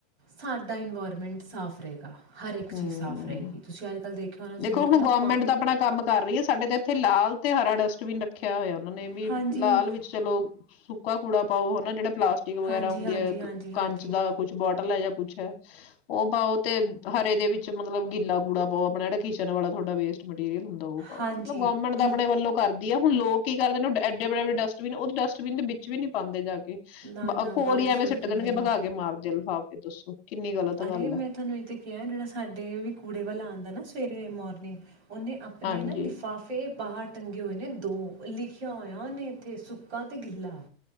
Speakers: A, on the right; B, on the left.
A: ਸਾਡਾ ਇਨਵਾਇਰਮੈਂਟ ਸਾਫ਼ ਰਹੇਗਾ ਹਰ ਇੱਕ ਚੀਜ਼
B: ਹਮ
A: ਸਾਫ਼ ਰਹੇਗੀ ਤੁਸੀਂ ਅੱਜ ਕੱਲ੍ਹ ਦੇਖਿਆ ਹੋਣਾ ਤੁਸੀਂ
B: ਦੇਖੋ
A: ਦੇਖਿਆ
B: ਹੁਣ
A: ਹੋਣਾ
B: ਗੌਰਮੈਂਟ
A: ਪਾ
B: ਦਾ ਆਪਣਾ ਕੰਮ ਕਰ ਰਹੀ ਹੈ ਸਾਡੇ ਤੇ ਇੱਥੇ ਲਾਲ ਤੇ ਹਰਾ ਡਸਟਬਿਨ ਰੱਖਿਆ ਹੋਇਆ ਉਹ ਨੇ ਵੀ
A: ਹਾਂਜੀ
B: ਲਾਲ ਵਿੱਚ ਚਲੋ ਸੁੱਕਾ ਕੂੜਾ ਪਾਓ ਹਨਾ ਜਿਹੜਾ ਪਲਾਸਟਿਕ ਵਗੈਰਾ
A: ਹਾਂਜੀ
B: ਹੁੰਦੀ
A: ਹਾਂਜੀ
B: ਹੈ
A: ਹਾਂਜੀ ਹਾਂਜੀ
B: ਕੰਚ ਦਾ ਕੁਛ ਬੋਟਲ ਹੈ ਜਾਂ ਕੁੱਛ ਹੈ ਉਹ ਬਾ ਉਹ ਤੇ ਹਰੇ ਦੇ ਵਿੱਚ ਮਤਲਬ ਗਿੱਲਾ ਗੂੜਾ ਪਾਓ ਆਪਣਾ ਜਿਹੜਾ ਕਿਚਨ ਵਾਲਾ ਤੁਹਾਡਾ ਵੇਸਟ ਮਟੀਰੀਅਲ ਹੁੰਦਾ ਦਊ ਪਾਓ
A: ਹਾਂਜੀ
B: ਮਤਲਬ ਗੌਰਮੈਂਟ ਦਾ
A: ਇਵ
B: ਆਪਣੇ ਵੱਲੋਂ ਕਰ ਆ ਹੁਣ ਲੋਕ ਕੀ ਕਰਦੇ ਨੇ ਐਡੇ ਬੱਡੇ ਵੱੇਸਟਬਿਨ ਉਹਦੇ ਡਸਟਬਿਨ ਦੇ ਵਿੱਚ ਵੀ ਨੀ ਪਾਉਂਦੇ ਜਾਏ
A: ਨਾ ਨਾ
B: ਕੋਲੀ
A: ਬਾਹਰ ਹੀ
B: ਐਵੇਂ
A: ਸੁੱਟ
B: ਸਿੱਟ
A: ਦਿੰਦੇ
B: ਦੇਣਗੇ
A: ਨੇ
B: ਭਗਾ ਕੇ ਮਾਰਦੇ ਲਫਾ ਇਹ ਦੱਸੋ ਕਿੰਨੀ ਗ਼ਲਤ
A: ਅਰੇ
B: ਗੱਲ
A: ਮੈਂ
B: ਹੈ
A: ਤੁਹਾਨੂੰ ਇਹ ਤਾਂ ਕਿਹਾ ਜਿਹੜਾ ਸਾਡੇ ਵੀ ਕੂੜੇ ਵਾਲਾ ਆਉਂਦਾ ਨਾ ਸਵੇਰੇ ਮੋਰਨਿੰਗ ਉਹਨੇ ਆਪਣੇ
B: ਹਾਂਜੀ
A: ਨਾ ਲਿਫਾਫੇ ਬਾਹਰ ਤੰਗੇ ਹੋਏ ਨੇ ਦੋ ਲਿਖਿਆ ਹੋਇਆ ਉਹਨੇ ਇੱਥੇ ਸੁੱਕਾ ਤੇ ਗਿੱਲਾ